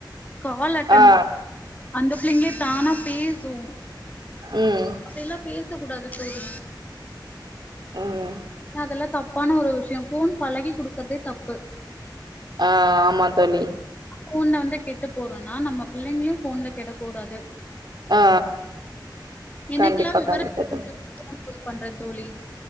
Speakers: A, on the left; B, on the right.
A: கால் அட்டென்
B: ஆ
A: பண்ணு அந்த பிள்ளைங்கே தானா பேசும்
B: ம்
A: அப்டி எல்லா பே ச கூடாது தோழி
B: ம்
A: ஏன்னா அதெல்லா தப்பான ஒரு விஷயோ ஃபோன் பழகி குடுக்குறதே தப்பு
B: ஆ ஆமா தோழி
A: ஃபோன்ல வந்து கெட்டு போறோன்னா நம்ம பிள்ளைங்களையு ஃபோன்ல கெடக்கூடாது
B: ஆ
A: எனக்கெல்லா
B: கண்டிப்பா
A: விவரோ
B: கண்டிப்பா
A: தெரிஞ்சதுக்கு
B: தோழி
A: ஃபோன் யூஸ் பண்றே தோழி